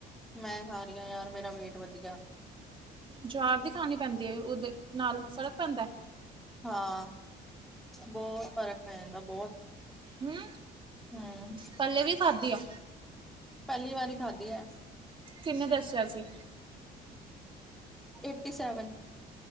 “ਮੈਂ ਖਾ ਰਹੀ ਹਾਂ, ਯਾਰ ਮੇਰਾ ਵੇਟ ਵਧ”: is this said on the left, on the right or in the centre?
Centre